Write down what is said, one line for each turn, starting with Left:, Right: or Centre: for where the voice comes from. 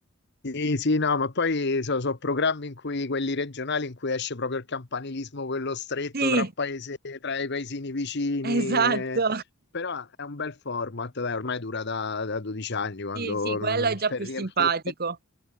Left: Sì, sì, no, ma poi sono programmi in cui quelli regionali in cui esce proprio il campanilismo, quello stretto
Right: Sì,
Left: tra paese, tra i paesini vicini.
Right: esatto.
Left: eh. Però è un bel format, dai, ormai dura da, da 12 anni quando
Right: Sì, sì, quello
Left: non- non-
Right: è già
Left: per
Right: più
Left: riempire
Right: simpatico.